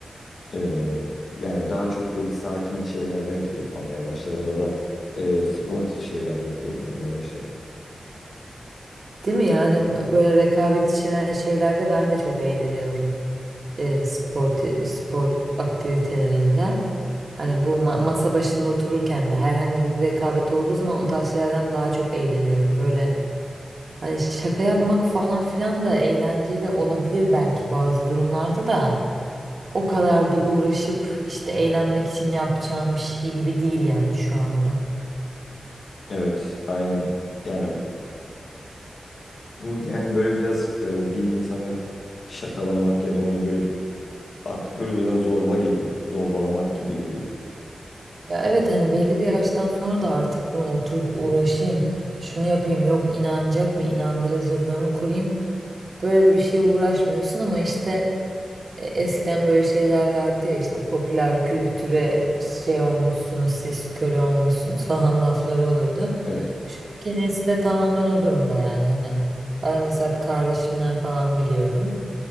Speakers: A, on the left (about 85°); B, on the right (about 55°).
A: Ee, yani daha çok böyle sakin şeylerden keyif almaya başladım ya da e, sportif şeylerden keyif almaya başladım.
B: Değil mi? Yani böyle rekabet içeren şeylerde ben de çok eğleniyorum. e, spor te- spor aktivitelerinde hani bu ma- masa başında otururken de herhangi bir rekabet olduğu zaman o tarz şeylerden daha çok eğleniyorum. Böyle hani şaka yapmak falan filan da eğlenceli olabilir belki bazı durumlarda da o kadar da uğraşıp işte eğlenmek için yapacağım bir şey gibi değil yani şu anda.
A: Evet, aynen. Yani bu yani böyle biraz e, bir insanı şakalamak ya da onu böyle z- artık böyle biraz zorba geliyor. Zorbalamak gibi geliyor.
B: Ya evet hani belli bir yaştan sonra da artık buna oturup uğraşayım. Şunu yapayım yok inanacak mı inandırıcılığımı kurayım. Böyle bir şeye uğraşmıyorsun ama işte e, Eskiden böyle şey derlerdi ya işte popüler kültüre şey olmuşsunuz siz köle olmuşsunuz falan <laughs> lafları olurdu.
A: Evet.
B: Şu anki nesile tamamen o durumda yani hani ben mesela kardeşimden falan biliyorum.